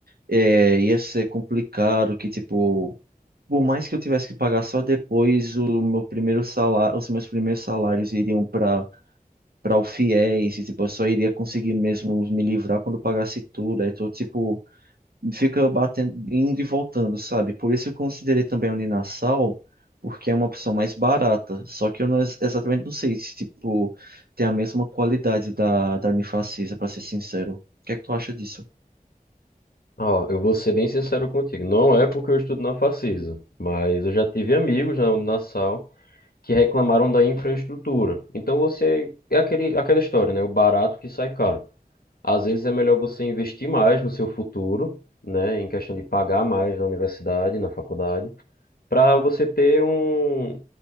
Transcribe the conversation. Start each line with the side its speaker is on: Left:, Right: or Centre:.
Right: é, ia ser complicado, que, tipo, por mais que eu tivesse que pagar só depois, o meu primeiro salário, os meus primeiros salários iriam para para o fiéis, e, tipo, eu só iria conseguir mesmo me livrar quando eu pagasse tudo. Aí tô, tipo fica batendo, indo e voltando, sabe? Por isso eu considerei também a Uninasal, porque é uma opção mais barata. Só que eu não, ex- exatamente não sei se, tipo, tem a mesma qualidade da, da Unifacisa, pra ser sincero. O que é que tu acha disso?
Left: Ó, eu vou ser bem sincero contigo. Não é porque eu estudo na Facisa, mas eu já tive amigos na Unassal que reclamaram da infraestrutura. Então você é aquele, aquela história, né? O barato que sai caro. Às vezes é melhor você investir mais no seu futuro, né, em questão de pagar mais na universidade, na faculdade, para você ter um,